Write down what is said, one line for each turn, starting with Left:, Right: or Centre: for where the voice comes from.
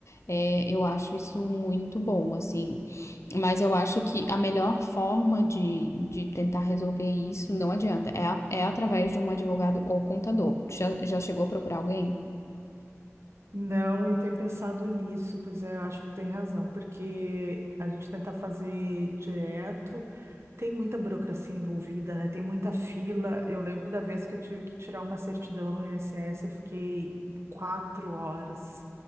Left: é, eu acho isso muito bom, assim. Mas eu acho que a melhor forma de, de tentar resolver isso, não adianta, é, a- é através de um advogado ou contador. Já, já chegou a procurar alguém?
Right: Não, eu tenho pensado nisso, pois é, eu acho que tem razão, porque a gente tenta fazer direto Tem muita burocracia envolvida, né? Tem muita fila. Eu lembro da vez que eu tive que tirar uma certidão no INSS, eu fiquei quatro horas